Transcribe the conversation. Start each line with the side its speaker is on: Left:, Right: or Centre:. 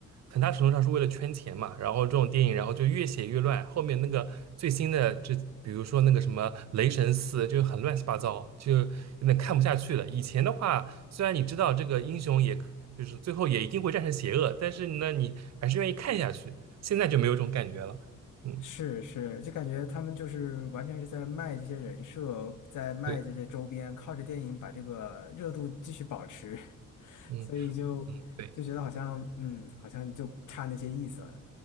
Right: 很大程度上是为了圈钱嘛，然后这种电影，然后就越写越乱，后面那个最新的，这比如说那个什么雷神四，就很乱七八糟，就有点看不下去了。以前的话，虽然你知道这个英雄也可就是最后也一定会战胜邪恶，但是呢，你还是愿意看下去。现在就没有这种感觉了，嗯，
Left: 是是，就感觉他们就是完全是在卖这些人设，在卖这些周边，
Right: 对，
Left: 靠着电影把这个热度继续保持，<laughs>
Right: 嗯。
Left: 所以就就觉得好像嗯，
Right: 对。
Left: 好像就差那些意思了